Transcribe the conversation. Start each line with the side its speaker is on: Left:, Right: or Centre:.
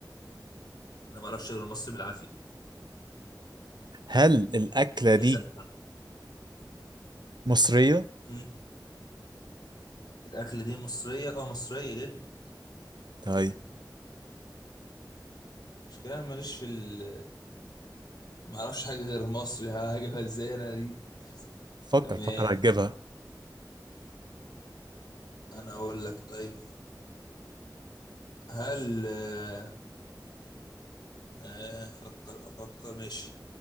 Left: أنا ما أعرفش غير مصر بالعافية
Right: هل الاكله دي
Left: اسأل
Right: مصريه
Left: مم، الأكلة دي مصرية أه مصرية جدا
Right: طيب
Left: مش كده أنا ماليش في ال ما أعرفش حاجة غير مصري ها، هجيبها إزاي أنا دي
Right: فكر
Left: تمام
Right: فكر هتجيبها
Left: أنا أقول لك طيب هل آه، آه، أفكر أفكر ماشي